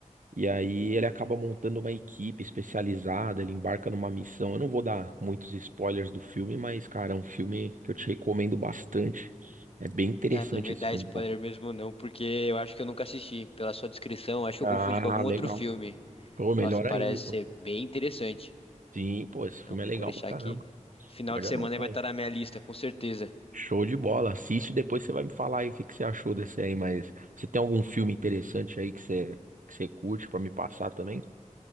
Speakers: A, on the right; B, on the left.
A: E aí ele acaba montando uma equipe especializada, ele embarca numa missão. Eu não vou dar muitos spoilers do filme, mas, cara, é um filme que eu te recomendo bastante. É bem interessante
B: Ah, não me
A: esse
B: dá
A: filme,
B: spoiler
A: cara.
B: mesmo não, porque eu acho que eu nunca assisti. Pela sua descrição, acho que
A: Ah,
B: eu confundi com algum outro
A: legal.
B: filme.
A: Pô, melhor
B: Nossa, parece
A: ainda, então.
B: ser bem interessante.
A: Sim, pô, esse filme
B: Não,
A: é legal
B: pode deixar
A: pra caramba.
B: que final
A: Pode
B: de
A: anotar
B: semana vai
A: aí.
B: estar na minha lista, com certeza.
A: Show de bola. Assiste, depois você vai me falar aí o que que você achou desse aí, mas você tem algum filme interessante aí que você, que você curte pra me passar também?